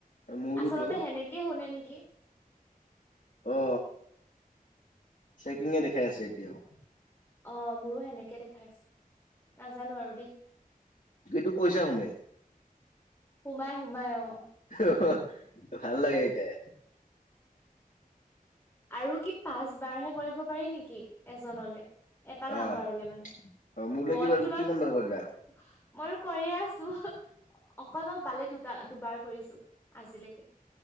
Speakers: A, on the left; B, on the left.
A: মোৰোতো
B: আচলতে সেনেকেই শুনে নিকি?
A: অ চেকিঙে দেখাই আছে এতিয়াও
B: অ মোৰো সেনেকে দেখাই আছে, নাজানো আৰু দেই।
A: কিন্তু পইচা হোমে।
B: সোমাই সোমাই অ
A: হ হ, ভাল লাগে এইটাই।
B: আৰু কি পাঁচবাৰহে কৰিব পাৰি নেকি এজনলে? এটা নাম্বাৰলে
A: অ',
B: মানে,
A: অ', মোৰলৈ
B: মইতো
A: কিবা
B: তোমাক
A: কিমান বাৰ কৰিলা
B: মইতো কৰিয়ে আ ছো হো অকল মই পালে দুটা দুবাৰ কৰিছোঁ আজিলেকে।